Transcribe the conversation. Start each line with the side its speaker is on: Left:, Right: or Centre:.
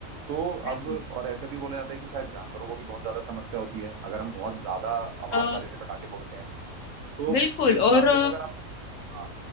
Right: तो
Left: बिल्कुल
Right: अब और ऐसे भी बोला जाता है कि शायद जानवरों को भी बहुत ज्यादा समस्या होती है अगर हम बहुत ज्यादा आवाज
Left: अ,
Right: वाले पटाखे फोड़ते हैं तो
Left: बिल्कुल
Right: इस
Left: और
Right: मामले में अगर आप हाँ